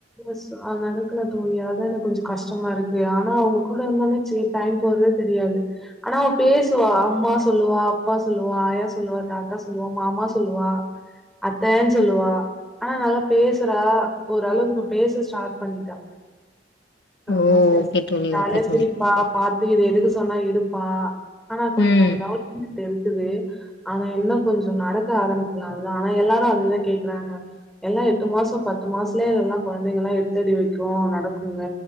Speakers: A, in the centre; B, on the left.
A: எஸ் நடக்கல தோழி அதா எனக்கு கொஞ்ச கஷ்டமா இருக்கு ஆனா அவுங்க கூட இருந்தே ச டைம் போறதே தெரியாது ஆனா அவ பேசுவா அம்மா சொல்லுவா அப்பா சொல்லுவா ஆயா சொல்லுவா தாத்தா சொல்லுவா மாமா சொல்லுவா அத்தைன் சொல்லுவா ஆனா நல்லா பேசுறா ஓரளவுக்கு இப்ப பேச ஸ்டாட் பண்ணிட்டா நல்ல
B: ஓ
A: பேசு
B: ஓகே தோழி
A: ஜாலியா
B: ஓகே தோழி
A: சிரிப்பா பாட் இது எடுக்கா சொன்னா எடுப்பா ஆனா கொஞ்ச
B: ம்
A: கவ இருக்குது ஆனா என்ன கொஞ்ச நடக்க ஆரம்பிக்கல அதா ஆனா எல்லாரு அதுதா கேக்கறாங்க எல்லா எட்டு மாச பத் பத்து மாசத்துலே எல்லா கொழந்தைங்கல்லா எடுத்தடி வைக்கும் நடக்குங்க